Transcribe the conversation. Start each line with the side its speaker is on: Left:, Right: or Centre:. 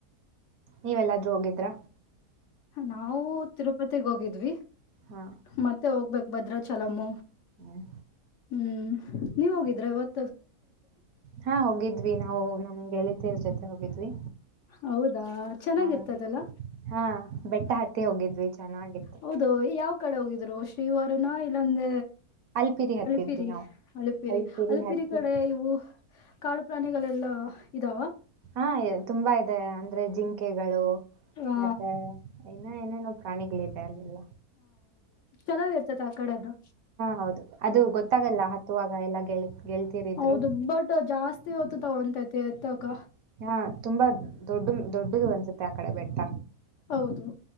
Right: ನೀವೆಲ್ಲಾದ್ರೂ ಹೋಗಿದ್ರ
Left: ನಾವು ತಿರುಪತಿಗೆ ಹೋಗಿದ್ವಿ
Right: ಹಾ
Left: ಮತ್ತೆ ಹೋಗ್ಬೇಕು ಭದ್ರಚಲಮ್ಮ
Right: ಹ್ಮ್.
Left: ಹ್ಮ್ ನೀವು ಹೋಗಿದ್ರೆ ಇವತ್ತು
Right: ಹಾ ಹೋಗಿದ್ವಿ ನಾವು ನಮ್ಮ ಗೆಳತಿಯರ್ ಜೊತೆ ಹೋಗಿದ್ವಿ
Left: ಹೌದಾ ಚೆನ್ನಾಗಿರ್ತದಲ್ಲ
Right: ಹಾ ಹಾ ಬೆಟ್ಟ ಹತ್ತಿ ಹೋಗಿದ್ವಿ ಚೆನ್ನಾಗಿತ್ತು
Left: ಹೌದು ಯಾವ ಕಡೆ ಹೋಗಿದ್ರು ಶ್ರೀವಾರನ ಇಲ್ಲಂದ
Right: ಅಲ್ಪಿರಿ ಹತ್ತಿದ್ವಿ
Left: ಅಳಪಿರಿ
Right: ನಾವು
Left: ಅಳಪಿರಿ
Right: ಅಲ್ಪಿರಿ
Left: ಅಲಿಪಿರಿ
Right: ಹತ್ತಿ
Left: ಕಡೆ ಇವು ಕಾಡು ಪ್ರಾಣಿಗಳೆಲ್ಲಾ ಇದಾವ
Right: ಹಾ ಇ- ತುಂಬಾ ಅ ಅಂದ್ರೆ ಜಿಂಕೆಗಳು
Left: ಹ
Right: ಮತ್ತೆ ಇನ್ನ ಏನೇನೋ ಪ್ರಾಣಿಗಳಿದೆ ಅಲ್ಲಿ
Left: ಚೆನ್ನಾಗಿ ಇರ್ತತೆ ಆ ಕಡೆನ
Right: ಹೌದು ಅದು ಗೊತ್ತಾಗಲ್ಲ ಹತ್ತುವಾಗ ಎಲ್ಲ ಗೆಳ ಗೆಳತಿಯರಿದ್ರು
Left: ಹೌದು ಬಟ್ ಜಾಸ್ತಿ ಹೊತತ ಒಂತೈತಿ ಎತ್ತಾಗ
Right: ಹಾ ತುಂಬಾ ದೊಡ್ಡ ದೊಡ್ಡದು ಅನ್ಸುತ್ತೆ ಆ ಕಡೆ ಬೆಟ್ಟ
Left: ಹೌದು